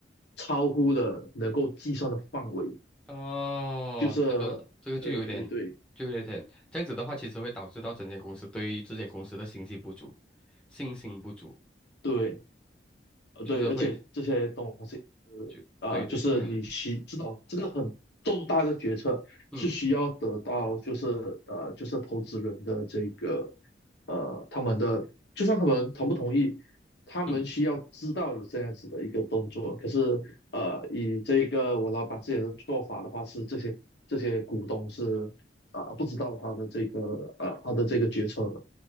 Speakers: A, on the left; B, in the centre.
A: 超乎了能够计算的范围，
B: 哦，
A: 就是对对对
B: 这个这个就有点，就有点这样子的话，其实会导致到整间公司对于这间公司的信息不足，信心不足，
A: 对。呃，
B: 就是会
A: 对，而且这些东西，
B: 就对对对，
A: 呃，就是你需知道这个很重大的决策是需要得到，
B: 嗯
A: 就是呃，就是投资人的这个呃，他们的就算他们同不同意，他们需要知道有这样子的一个动作。
B: 嗯
A: 可是呃，以这个我老板自己的做法的话，是这些这些股东是啊、呃不知道他的这个呃他的这个决策的。